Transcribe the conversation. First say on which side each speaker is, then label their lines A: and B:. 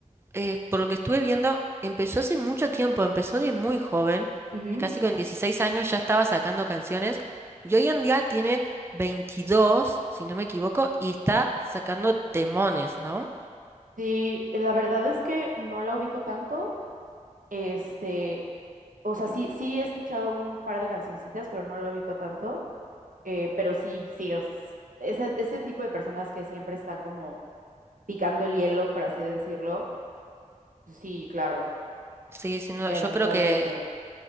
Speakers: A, on the right; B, on the right.
A: eh, por lo que estuve viendo, empezó hace mucho tiempo, empezó de muy joven,
B: ujú.
A: casi con 16 años ya estaba sacando canciones, y hoy en día tiene 22 si no me equivoco, y está sacando temones, ¿no?
B: Sí, la verdad es que no la ubico tanto, Este, o sea, sí, sí he escuchado un par de cancioncitas, pero no lo ubico tanto. Eh, pero sí, sí, o s- ese, ese tipo de personas que siempre están como picando el hielo, por así decirlo. Sí, claro,
A: Sí, sin duda,
B: eventualmente.
A: yo creo que,